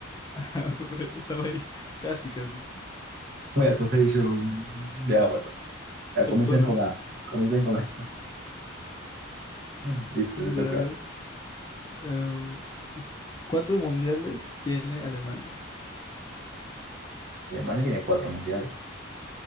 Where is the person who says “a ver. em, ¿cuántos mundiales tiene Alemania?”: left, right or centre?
Left